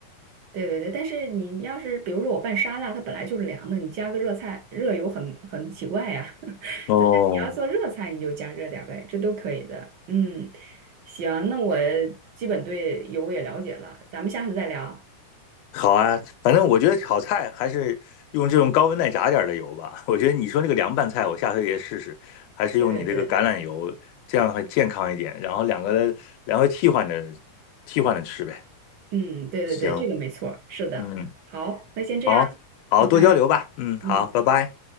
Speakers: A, on the right; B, on the left.
A: 对对对，但是你要是比如说我拌沙拉，它本来就是凉的，你加个热菜，热油很很奇怪呀。<laughs>
B: 哦，
A: 所以你要做热菜，你就加热点儿呗，这都可以的。嗯，行，那我基本对油也了解了，咱们下次再聊。
B: 好啊，反正我觉得炒菜还是用这种高温耐炸点儿的油吧。<laughs> 我觉得你说那个凉拌菜，我下回也试试，还是用你这个橄榄油，
A: 对对对，
B: 这样的话健康一点。然后两个，然后替换着替换着吃呗。
A: 嗯，对对对，
B: 行，
A: 这个没错儿，是的。
B: 嗯，
A: 好，那先这样，
B: 好，好，
A: 拜拜。
B: 多交流吧。嗯，
A: 嗯。
B: 好，拜拜。